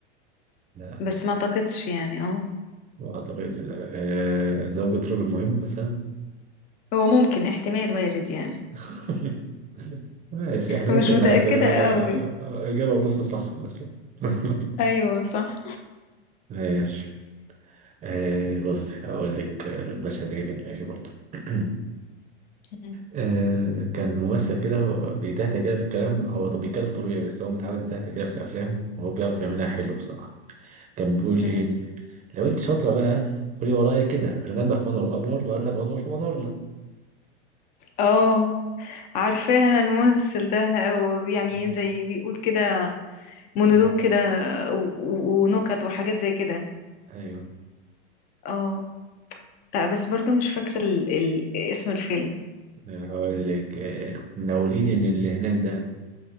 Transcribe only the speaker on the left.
بس ما اعتقدش يعني اه
هو ممكن احتمال وارد يعني
مش
متأكدة
قوي
ايوه صح
مم.
مم.
اه عارفاه انا الممثل ده ويعني
زي بيقول كده مونولوج
كده و- و- ونكت وحاجات زي كده
اه لا بس برضو مش فاكرة ال... ال... اسم الفيلم